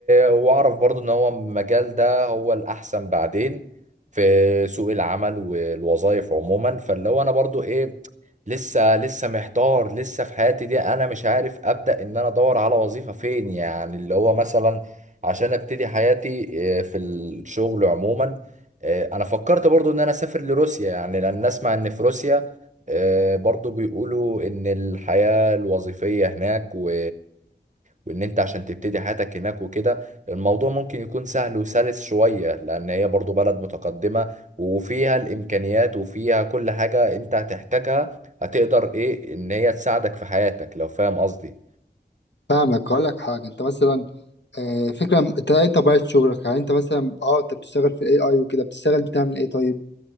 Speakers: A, on the right; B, on the left.
A: واعرف برضو ان هو المجال ده هو الاحسن بعدين في سوق العمل والوظائف عموما فاللي هو انا برضو ايه لسه لسه محتار لسه في حياتي دي انا مش عارف ابدا ان انا ادور على وظيفه فين يعني اللي هو مثلا عشان ابتدي حياتي آه، في الشغل عموما آه، انا فكرت برضو ان انا اسافر لروسيا يعني لان اسمع ان في روسيا آه، برضو بيقولوا ان الحياه الوظيفيه هناك و وان انت عشان تبتدي حياتك هناك وكده الموضوع ممكن يكون سهل وسلس شوية لأن هي برضو بلد متقدمة وفيها الإمكانيات وفيها كل حاجة أنت هتحتاجها هتقدر إيه إن هي تساعدك في حياتك لو فاهم قصدي
B: فاهمك هقول لك حاجة أنت مثلا آه، فكرة أنت إيه طبيعة شغلك يعني أنت مثلا أه أنت بتشتغل في الأي أي وكده بتشتغل بتعمل إيه طيب؟